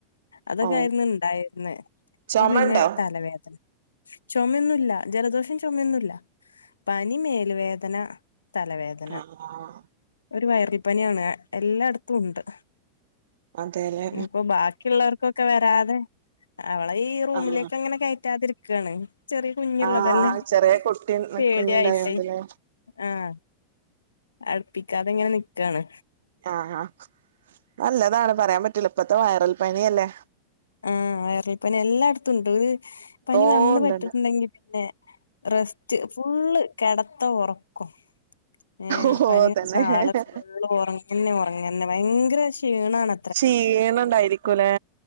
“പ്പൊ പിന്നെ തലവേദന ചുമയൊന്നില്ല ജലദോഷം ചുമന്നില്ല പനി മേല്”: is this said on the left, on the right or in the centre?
Left